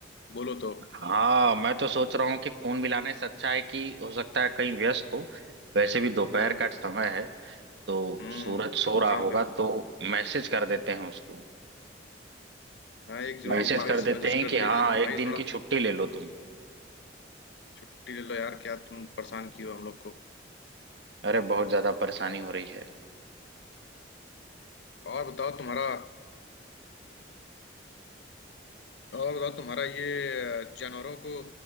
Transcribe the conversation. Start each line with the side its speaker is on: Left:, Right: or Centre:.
Left: बोलो तो
Right: हाँ मैं तो सोच रहा हूँ कि फोन मिलाने से अच्छा है कि हो सकता है कहीं व्यस्त हो वैसे भी दोपहर
Left: हम्म
Right: का समय है तो
Left: हम्म
Right: सूरज सो रहा
Left: काम
Right: होगा
Left: पे होगा
Right: तो मैसेज कर देते हैं उसको
Left: हाँ एक जरूर
Right: मैसेज
Left: वॉइस
Right: कर देते
Left: मैसेज
Right: हैं
Left: कर
Right: कि
Left: दिया
Right: हाँ
Left: जाए कि
Right: एक
Left: भाई
Right: दिन
Left: थोड़ा
Right: की छुट्टी ले लो तुम
Left: छुट्टी ले लो यार क्या तुम परेशान किए हो हम लोग को
Right: अरे बहुत ज्यादा परेशानी हो रही है
Left: और बताओ तुम्हारा और बताओ तुम्हारा ये जानवरों को